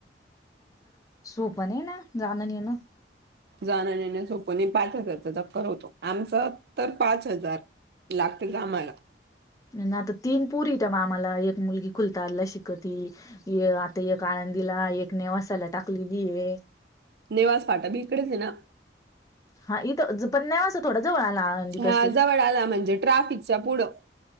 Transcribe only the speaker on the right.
जाण न येणं सोप नाय पाच हजारचा चक्कर होतो आमचा तर पाच हजार लागतेत आम्हाला
नेवास फाटा बी इकडच ये ना.
हा जवळ आला म्हणजे ट्राफिकचा पुढं